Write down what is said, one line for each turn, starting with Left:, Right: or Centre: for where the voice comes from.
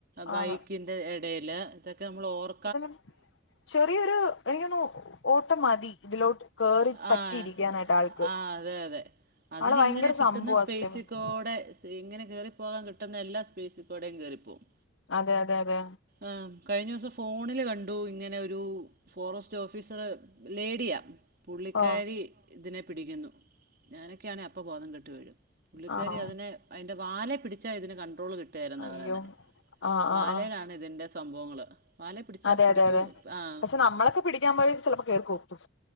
Right: ബൈക്കിന്റെ
Left: ആണ്
Right: ഇടേല് ഇതൊക്കെ നമ്മൾ ഓർ
Left: തം ചെറിയൊരു എനിക്കൊന്നു ഓട്ടം മതി ഇതിലോട്ട് കേറി പറ്റിയിരിക്കാനായിട്ട്
Right: ആഹ്
Left: ആൾക്ക്
Right: ആഹ് അതെ അതെ അതിന്
Left: ആള് ഭയങ്കര
Right: ഇങ്ങനെ കിട്ടുന്ന
Left: സംഭവ
Right: സ്പേസികോടെ
Left: സത്യം പറഞ്ഞാ.
Right: ഇങ്ങനെ കേറിപ്പോകാൻ കിട്ടുന്ന എല്ലാ സ്പേസി കൂടെയും കേറിപ്പോകും
Left: അതെ അതെ അതെ
Right: ആഹ് കഴിഞ്ഞ ദിവസം ഫോണില് കണ്ടു ഇങ്ങനെ ഒരു ഫോറസ്റ്റ് ഓഫീസറ് ലേഡിയാ പുള്ളിക്കാരി
Left: ഓ
Right: ഇതിനെ പിടിക്കുന്നു ഞാനൊക്കെയാണേ അപ്പൊ ബോധം കെട്ട് വീഴും പുള്ളിക്കാരി
Left: ആണോ
Right: അതിനെ അതിന്റെ വാലെ പിടിച്ചാ ഇതിന് കണ്ട്രോൾ കിട്ടുകേലെന്നാ
Left: അയ്യോ
Right: പറയുന്നെ
Left: ആ
Right: വാലേലാണ്
Left: ആ ആ
Right: ഇതിന്റെ സംഭവങ്ങള് വാലെ പിടിച്ചാ
Left: അതെ
Right: പിടിക്കും
Left: അതെ അതെ
Right: ആഹ്
Left: പക്ഷെ നമ്മളൊക്കെ പിടിക്കാൻ പോയ ചിലപ്പോ കേറി കൊത്തും